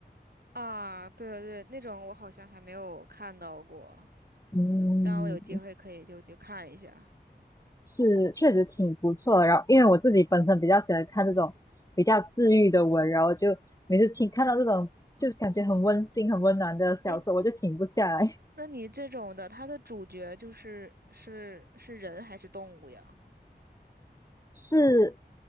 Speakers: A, on the right; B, on the left.
A: 啊，对对对，那种我好像还没有看到过，
B: 嗯，
A: 当然我有机会可以就去看一下。
B: 是确实挺不错的。然后，因为我自己本身比较喜欢看这种比较治愈的文，然后就每次听看到这种就感觉很温馨、很温暖的小说，
A: 哎，
B: 我就停不下来。
A: 那你这种的，它的主角就是是是人还是动物呀？
B: <laughs> 是